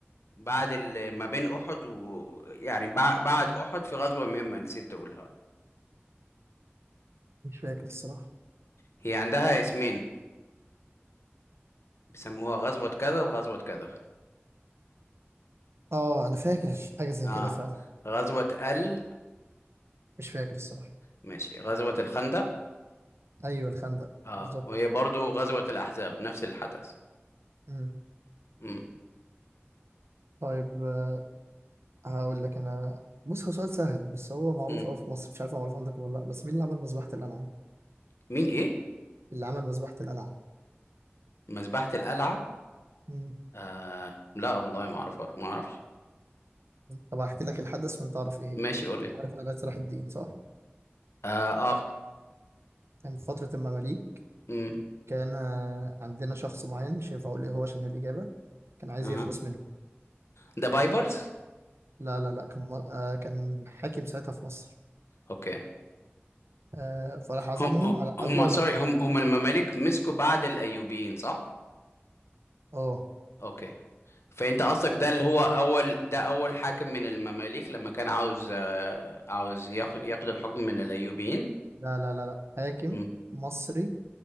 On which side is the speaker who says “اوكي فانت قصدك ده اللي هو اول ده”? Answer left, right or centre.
Left